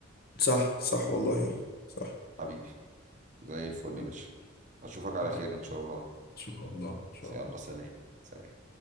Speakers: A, on the left; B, on the right.
A: صح صح صح والله صح
B: حبيبي زي الفل
A: حبيبي
B: يا باشا اشوفك على
A: حبيبي
B: خير ان شاء الله
A: ان شاء الله ان شاء
B: يلا
A: الله
B: سلام سلام